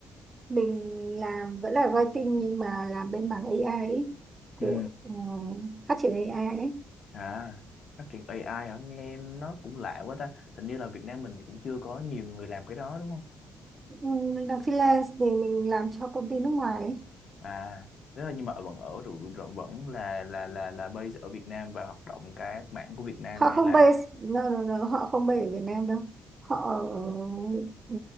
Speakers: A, on the right (about 30°); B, on the left (about 55°).
A: mình làm vẫn là writing nhưng mà làm bên mảng AI ấy.
B: ừ
A: Kiểu ờ, phát triển AI ấy.
B: à phát triển AI hả nghe nó cũng lạ quá ta hình như là Việt Nam mình cũng chưa có nhiều người làm cái đó đúng không
A: Ừ, mình làm freelance thì mình làm cho công ty nước ngoài ấy.
B: à thế là nhưng mà vẫn ở rồi vẫn vẫn là là là là base ở Việt Nam và hoạt động các mảng của Việt Nam
A: họ
B: hay
A: không
B: là
A: base no, no, no, họ không base ở Việt Nam đâu họ ở- ừ,